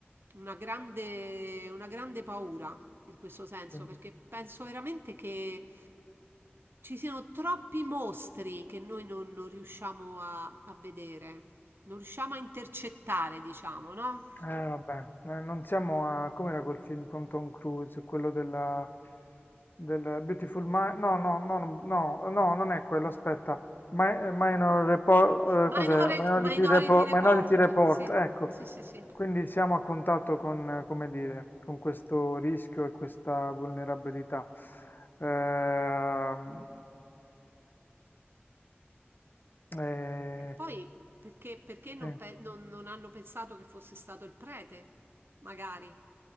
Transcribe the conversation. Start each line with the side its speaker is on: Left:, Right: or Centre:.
Right: una grande, una grande paura in questo senso
Left: sì.
Right: perché penso veramente che ci siano troppi mostri che noi non, non riusciamo a, a vedere, non riusciamo a intercettare, diciamo, no?
Left: Eh, vabbè, eh, non siamo a... Com'era quel film con Tom Cruise? Quello della... della Beautiful Mind? No, no, no, no, no, no, non è quello, aspetta. Mi- Minor Report,
Right: Minori-
Left: cos'è? Minority
Right: Minority
Left: Report,
Right: Report,
Left: Minority Report,
Right: sì,
Left: ecco.
Right: sì, sì, sì.
Left: Quindi siamo a contatto con, eh, come dire, con questo rischio e questa vulnerabilità. Ehm, eh,
Right: Che poi perché, perché non,
Left: eh, sì.
Right: pe- non- non hanno pensato che fosse stato il prete, magari?